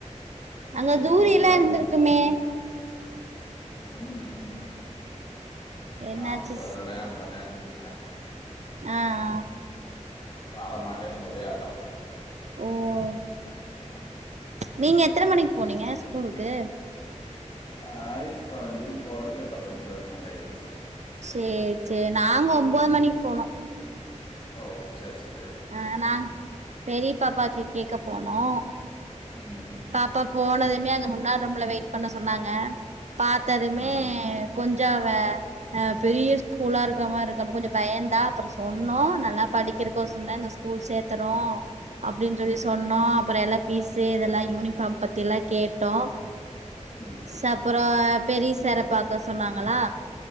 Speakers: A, on the left; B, on the right.
A: நீ
B: அங்க
A: என்ன
B: தூரில்லா
A: பண்ணுற
B: இருந்திருக்குமே
A: ம்
B: என்னாச்சு
A: ஆ <unintelligible> கேட்ருந்தாங்க
B: ஆ ஆ
A: அவ மாட்டேன்னு ஒரே அடோ
B: ம் நீங்க எத்தன மணிக்கு போனீங்க ஸ்கூலுக்கு
A: அ ஐரிஸ் ஃபார்ம் <unintelligible> ஆயிருச்சி
B: சேரி சேரி நாங்க ஒம்போது மணிக்கு போனோ
A: ஓ சேரி சேரி
B: ஆ நாங் பெரிய பாப்பாக்கு கேக்க போனோ
A: உம்
B: அப்ப போனதுமே அந்த முன்னாடி ரூம்ல வெயிட் பண்ண சொன்னாங்க பாத்ததுமே
A: ம்
B: கொஞ்சாவே ஆ பெரிய ஸ்கூலா இருக்குற மாறி இருக்கா அப்ப கொஞ்சோ பயதா அப்புறோ சொன்னோ நல்லா படிக்கிறக்கோச தா இந்த ஸ்கூல் சேத்தறோ அப்டின்னு சொல்லி
A: ம்
B: சொன்னோ அப்புறோ எல்லா பீஸு இதெல்லா யூனிஃபாம் பத்தில்லா கேட்டோ
A: ம் ம்
B: ச அப்புறோ பெரிய சார பாக்க சொன்னாங்ளா